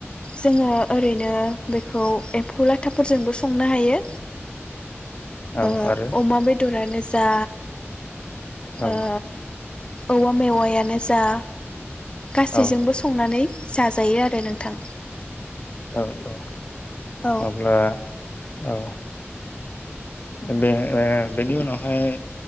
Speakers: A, on the left (about 20°); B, on the left (about 40°).
A: जोङो ओरैनो बे खौ एम्फौ लाथाफोरजोंबो संनो हायो।
B: औ
A: ओ
B: आरो
A: अमा बेदरानो दा
B: औ
A: ओ औवा मेवायानो जा गासैजोंबो
B: औ
A: संनानै जाजायो आरो नोंथां
B: औ औ
A: औ
B: अब्ला औ बे ओ बेनि उनावहाय